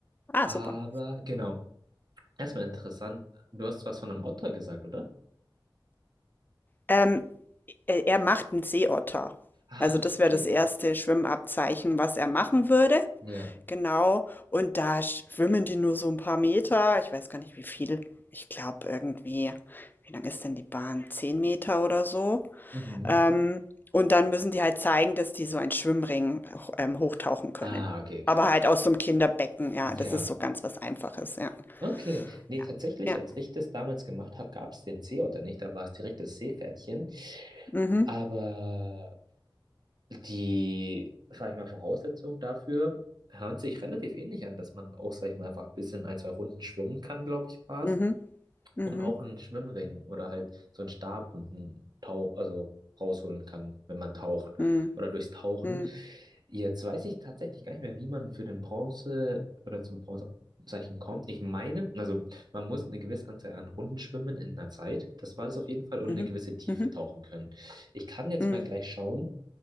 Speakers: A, on the left; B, on the right.
A: Ah,
B: Aber
A: super.
B: genau, erstmal interessant, du hast was von einem Otter gesagt, oder?
A: Ähm, er, er macht einen Seeotter.
B: Ah,
A: Also das
B: okay.
A: wäre das erste Schwimmabzeichen, was er machen würde.
B: Ja.
A: Genau. Und da schwimmen die nur so ein paar Meter. Ich weiß gar nicht, wie viel. Ich glaube irgendwie, wie lang ist denn die Bahn? Zehn Meter oder so.
B: Mhm.
A: Ähm, und dann müssen die halt zeigen, dass die so einen Schwimmring auch, ähm, hochtauchen können.
B: Ah, okay, okay.
A: Aber halt aus so einem Kinderbecken, ja, das
B: Ja,
A: ist so ganz was Einfaches, ja.
B: okay. Nee,
A: Ja.
B: tatsächlich,
A: Ja.
B: als ich das damals gemacht habe, gab es den Seeotter nicht. Da war es direkt das Seepferdchen.
A: Mhm.
B: Aber die, sag ich mal, Voraussetzungen dafür hören sich relativ ähnlich an, dass man auch, sag ich mal, einfach ein bisschen ein, zwei Runden schwimmen kann, glaube ich, war
A: Mhm.
B: es.
A: Mhm.
B: Und auch einen Schwimmring oder halt so einen Stab und einen Tauch, also rausholen kann, wenn man taucht.
A: Mhm.
B: Oder durchs Tauchen.
A: Mhm.
B: Jetzt weiß ich tatsächlich gar nicht mehr, wie man für den Bronze oder zum Bronzezeichen kommt. Ich meine, also man muss eine gewisse Anzahl an Runden schwimmen in einer Zeit. Das war das auf jeden Fall und
A: Mhm.
B: eine gewisse Tiefe
A: Mhm.
B: tauchen können. Ich kann jetzt
A: Mhm.
B: mal gleich schauen,